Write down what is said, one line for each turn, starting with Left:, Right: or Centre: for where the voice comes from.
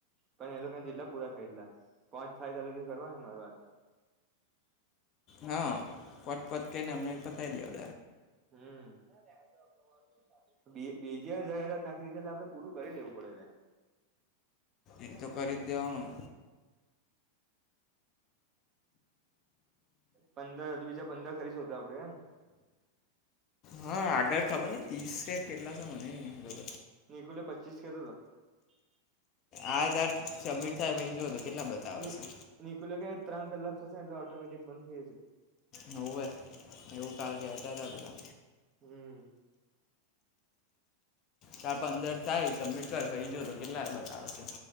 Right: પણ એ લોકો જેટલા પુરા થાઈ એટલા પાંચ થાઈ <unintelligible> કરવારી વાત
Left: હા પોતપત <unintelligible> અમને પતાવી <unintelligible>
Right: હ <unintelligible> જાહેરાત નાખી એટલે આપડે પૂરું કરી લેવું પ <unintelligible>
Left: એતો કરી દેવાનું
Right: પંદર બીજા પંદર કરીશું તો આપડે એમ
Left: હા આગળ ખબર નઈ ત્રીસેક કેટલા મને નઈ ખબર
Right: નિકુલે પચીસ <unintelligible> <unintelligible>
Left: આ તાર સબમિટ થાય પછી જો તો કેટલા બતાવે છે
Right: ત્રણ કલાક થસે એટલે ઓટોમેટિક બંધ <unintelligible>
Left: નવ્વે એવું કાલ કહેતા હતા પેલા
Right: હમ
Left: તારા પંદર થાય સબમિટ કર કઈ જો તો કેટલા બતાવે છે